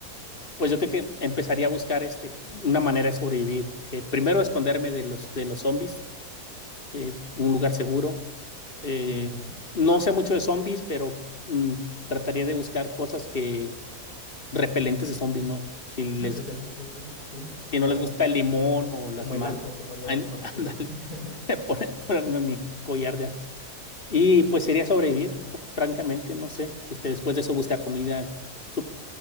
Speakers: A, on the left (about 35°); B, on the left (about 75°).
A: pues yo creo que empezaría a buscar este, una manera de sobrevivir. Eh, primero esconderme de los, de los zombies, eh, un lugar seguro. Eh,
B: Ujú.
A: no sé mucho de zombies, pero mm, trataría de buscar cosas que repelentes de zombies, ¿no? Si les,
B: <laughs> Repelente de zombies, sí. Como,
A: si no les gusta
B: co-
A: el limón o las
B: como
A: manos,
B: el ajo, como los
A: ándale,
B: vampiros. <laughs>
A: <laughs> pone- ponerme mi collar de ajos. Y pues sería sobrevivir, fr- francamente, no sé. Este, después de eso buscar comida. Sup-